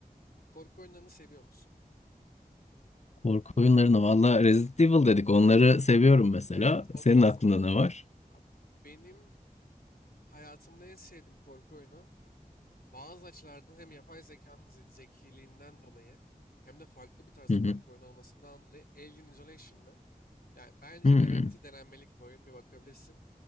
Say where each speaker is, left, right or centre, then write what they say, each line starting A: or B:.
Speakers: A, on the left; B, on the left.
A: Korku oyunlarını seviyor musun?
B: Korku oyunlarını valla Resident Evil dedik. Onları seviyorum mesela.
A: Evet, o
B: Senin
A: tarz.
B: aklında ne var?
A: Ya benim hayatımda en sevdiğim korku oyunu Bazı açılardan hem yapay zekanın ze- zekiliğinden dolayı hem de farklı bir tarz
B: Hı hı.
A: korku oyunu olmasından dolayı Alien Isolation'da yani bence
B: Hmm.
A: garanti denenmelik bir oyun bir bakabilirsin.